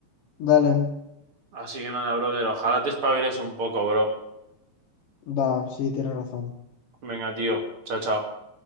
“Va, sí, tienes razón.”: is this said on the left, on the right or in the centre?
Left